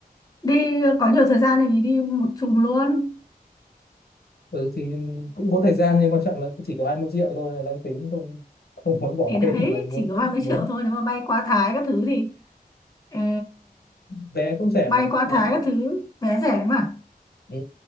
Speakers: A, on the left; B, on the left.
A: Đi có nhiều thời gian thì đi một chùm luôn.
B: ừ thì cũng có thời gian nhưng quan trọng là chỉ có 20 triệu thôi là đang tính không không muốn bỏ
A: Thì
B: <laughs>
A: đấy
B: thêm và muốn
A: chỉ có hai mấy
B: muốn
A: triệu thôi nếu mà bay qua Thái các thứ thì ờ,
B: vé cũng rẻ
A: bay
B: mà
A: qua
B: hai
A: Thái
B: vé
A: các thứ vé rẻ mà.
B: ừ.